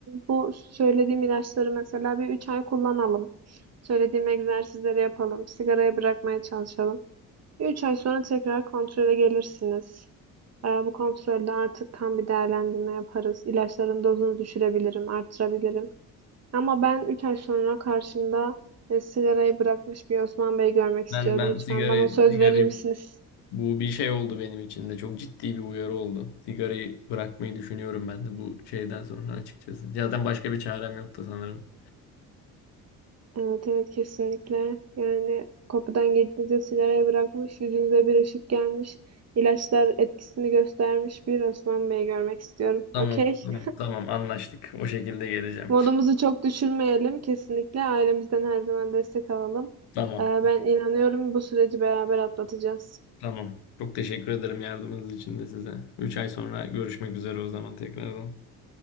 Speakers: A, on the right (about 35°); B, on the left (about 65°).
A: Bu söylediğim ilaçları mesela bir 3 ay kullanalım. Söylediğim egzersizleri yapalım. Sigarayı bırakmaya çalışalım. 3 ay sonra tekrar kontrole gelirsiniz. Ee, bu kontrolde artık tam bir değerlendirme yaparız. İlaçların dozunu düşürebilirim, arttırabilirim. Ama ben 3 ay sonra karşımda e, sigarayı bırakmış bir Osman Bey görmek istiyorum.
B: Ben ben
A: Lütfen
B: sigara
A: bana söz
B: sigarayı
A: verir misiniz?
B: Bu bir şey oldu benim için de. Çok ciddi bir uyarı oldu. Sigarayı bırakmayı düşünüyorum ben de bu şeyden sonra açıkçası. Zaten başka bir çarem yoktu sanırım.
A: Evet evet kesinlikle. Yani kapıdan girdiğinizde sigarayı bırakmış, yüzünüze bir ışık gelmiş, ilaçlar etkisini göstermiş bir Osman Bey görmek istiyorum.
B: Tamam,
A: Okey?
B: tamam, tamam anlaştık. O şekilde geleceğim.
A: Modumuzu çok düşürmeyelim. Kesinlikle ailemizden her zaman destek alalım.
B: Tamam,
A: Ee, ben inanıyorum bu süreci beraber atlatacağız.
B: tamam. Çok teşekkür ederim yardımınız için de size. üç ay sonra görüşmek üzere o zaman tekrardan.